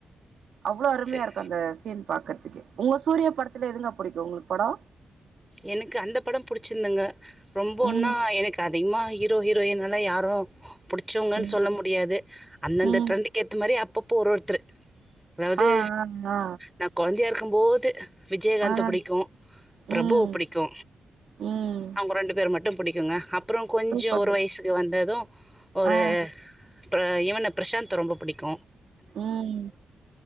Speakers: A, on the right; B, in the centre.
A: அவ்வளவு அருமையா
B: சேர்
A: இருக்கு அந்த சீன் பாக்குறதுக்கு உங்க சூரியா படத்துல எதுங்க புடிக்கு உங்களுக்கு படொ
B: எனக்கு அந்த படம் புடிச்சிந்துங்க ரொம்போன்னா
A: ம்
B: எனக்கு அதிகமா ஹீரோ ஹீரோ யின்னலா யாரு புடிச்சவங்கன்னு
A: ம்
B: சொல்ல முடியாது அந்தந்த
A: ம்
B: ட்ரெண்டுக்கு ஏத்த மாரி அப்பப் பொறுத்தரு அதாவது
A: ஆ ஆ
B: நா கொழந்தையா இருக் க்கும் போது விஜயகாந்த
A: ஆ ஆ
B: புடிக்கு பிரபு
A: ம்
B: க்கு
A: ம்
B: அவங்க ரெண்டு பேரும் மட்டு புடிக்குங்க அப் அப்புறொ கொஞ்சொ
A: சூப்பர்
B: ஒரு வயசுக்கு வந்தது ஒரு
A: ஆ
B: ப இவன பிரசாந்த் ரொம்ப புடிக்கு
A: ம்